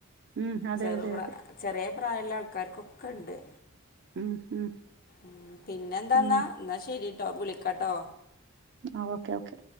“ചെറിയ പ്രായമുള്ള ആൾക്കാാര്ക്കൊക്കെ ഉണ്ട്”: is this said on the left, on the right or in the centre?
Left